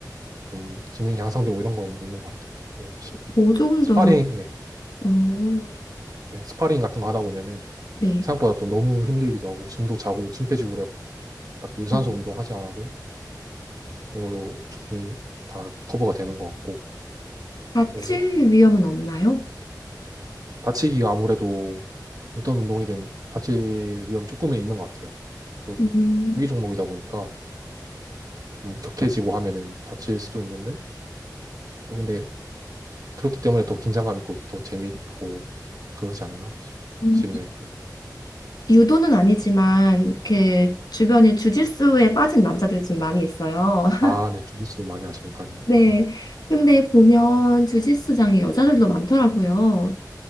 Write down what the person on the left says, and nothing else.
보조 운동은
어,
네.
음,
다칠
위험은 없나요?
음,
음.
유도는 아니지만 그 주변에 주짓수에 빠진 남자들이 좀 많이 있어요. <laughs>
네.
근데 보면 주짓수장에 여자들도 많더라고요.